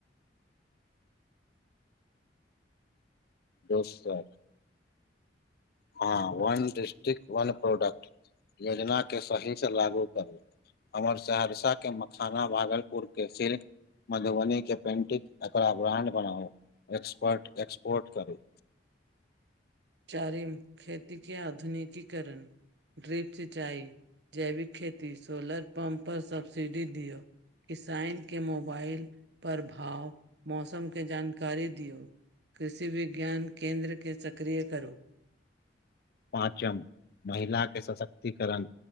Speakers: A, on the left; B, on the right.
A: दोसर हँ वन डिस्ट्रिक वन प्रोडक्ट योजना के सही से लागू करू। हमर सहरसा के मखाना, भागलपुर के शिल्क। मधुबनी के पेन्टिंग एकरा ब्रांड बनाउ एक्सपर्ट एक्सपोर्ट करू।
B: चारिम खेती के आधुनिकीकरण। ड्रिप सिंचाई जैविक खेती सोलर पम्प पर सबब्सिडी दियौ। किसाइन के मोबाइल पर भाव, मौसमके जानकारी दियौ। कृषि विज्ञान केंन्द्र के सक्रिय करू।
A: पाँचम महिला के सशक्तिकरण